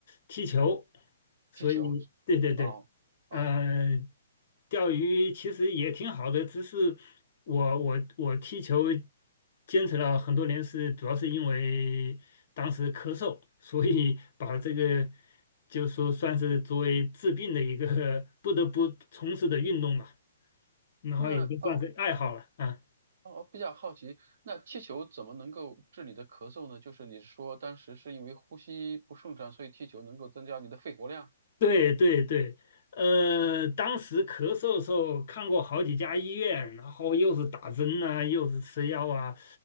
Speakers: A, on the left; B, on the right.
A: 踢球，所以对对对，
B: 踢球，哦哦，
A: 呃，钓鱼其实也挺好的，只是我我我踢球坚持了很多年是，主要是因为当时咳嗽，所以把这个就说算是作为治病的一个 <laughs> 不得不从事的运动吧，然后也就算是爱好了啊。
B: 那哦哦，比较好奇，那踢球怎么能够治你的咳嗽呢？就是你说当时是因为呼吸不顺畅，所以踢球能够增加你的肺活量。
A: 对对对，呃，当时咳嗽的时候看过好几家医院，然后又是打针啊，又是吃药啊，